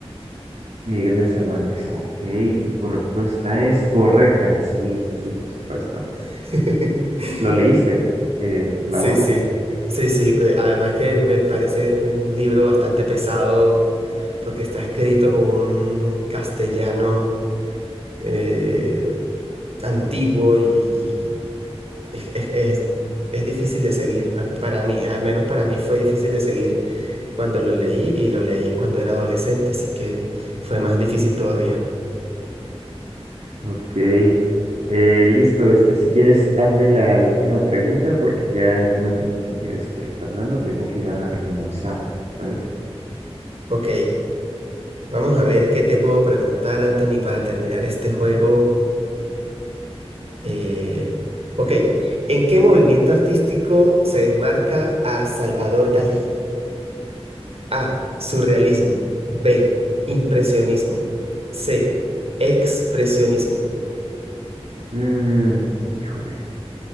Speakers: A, on the right; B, on the right.
A: Miguel de Cervantes. Ok, y tu respuesta es correcta. Sí, sí, sí, por supuesto.
B: <laughs>
A: ¿Lo leíste, eh, la
B: Sí,
A: obra?
B: sí, sí, sí. eh, además que me parece un libro bastante pesado porque está escrito con un castellano eh, antiguo y, y es, es- es- es difícil de seguir. pa- Para mí, al menos para mí fue difícil de seguir cuando lo leí y lo leí cuando era adolescente, así que fue más difícil todavía.
A: Ok, eh, listo, este, si quieres, hazme la, la última pregunta porque ya, ya me tengo que ir, este, Fernando, tengo que ir a, almorzar, ¿sabes?
B: Ok, vamos
A: Listo.
B: a ver qué te puedo preguntar, Anthony, para terminar este juego. Eh, ok, ¿en qué movimiento artístico se enmarca a Salvador Dalí? A. Surrealismo. B. Impresionismo. C. Expresionismo.
A: Mm, híjole,